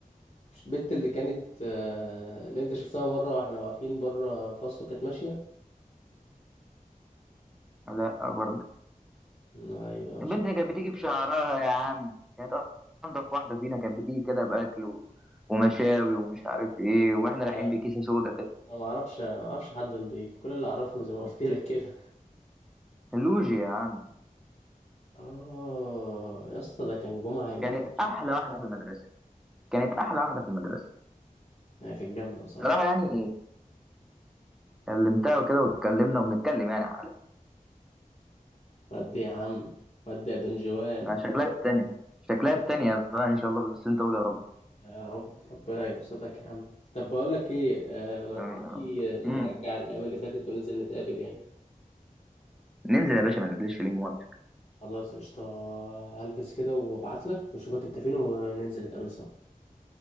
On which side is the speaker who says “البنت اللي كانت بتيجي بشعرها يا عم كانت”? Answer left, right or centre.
Centre